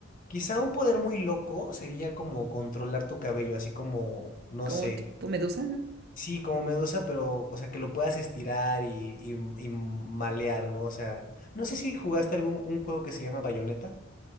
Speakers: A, on the left; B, on the right.
A: Quizá un poder muy loco sería como controlar tu cabello, así como, no
B: como
A: sé,
B: un tipo medusa.
A: Sí, como medusa, pero, o sea, que lo puedas estirar y, y, y malear, ¿no? O sea, no sé si jugaste algún un juego que se llama Bayonetta.